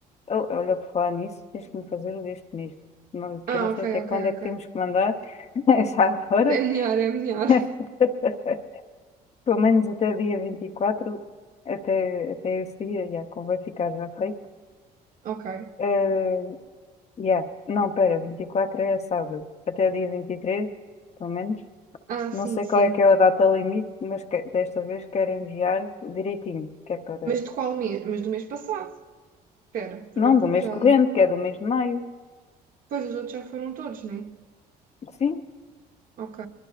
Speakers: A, on the left; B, on the right.
A: Oh, olha, por falar nisso, tens que me fazer o deste mês. Não- Que
B: Ah,
A: eu não
B: ok,
A: sei até
B: ok,
A: quando é que
B: ok.
A: temos que mandar, <laughs> mas já agora.
B: É melhor, é melhor. <laughs>
A: <laughs> Pelo menos até dia 24, até, até esse dia, já, como vai ficar já feito.
B: Ok.
A: Eh, yeah. Não, pera, 24 é sábado. Até dia 23, pelo menos.
B: Ah,
A: Não
B: sim,
A: sei
B: sim.
A: qual é que é a data limite, mas que- desta vez quero enviar direitinho, que é para.
B: Mas de qual mês? Mas do mês passado. Espera, agora
A: Não,
B: estou
A: do
B: baralhada.
A: mês corrente, que é do mês de maio.
B: Pois os outros já foram todos, né?
A: Sim,
B: Ok,